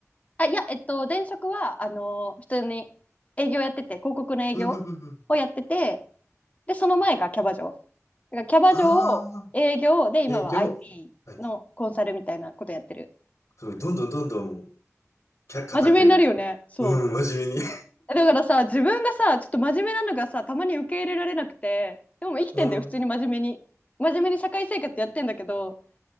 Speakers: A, on the left; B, on the left.
A: あいやえっと前職はあの普通に営業やってて広告の営業をやってて
B: うんうんうんうん。
A: でその前がキャバ嬢だからキャバ嬢を営業で今は
B: ああ、営業。
A: IT
B: はい。
A: のコンサルみたいなことやってる
B: そごどんどんどんどんもう、キャ、固く。
A: 真面目になるよねそう
B: うん、真面目に。
A: だからさ自分がさちょっと真面目なのがさたまに受け入れられなくてでも生きてんだよ普通に真面目に真面目に社会生活やってんだけど
B: <laughs> うん。